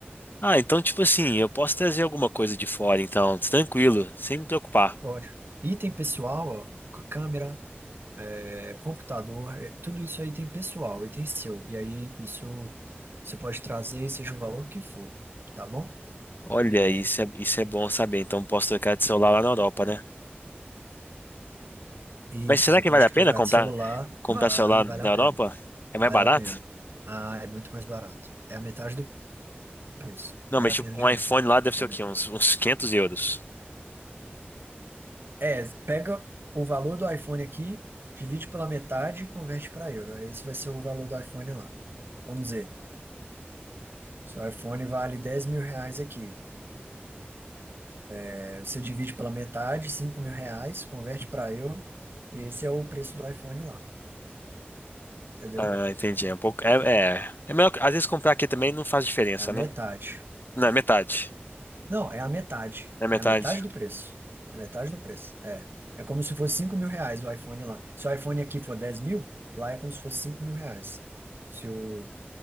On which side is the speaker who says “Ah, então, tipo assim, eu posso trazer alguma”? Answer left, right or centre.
Left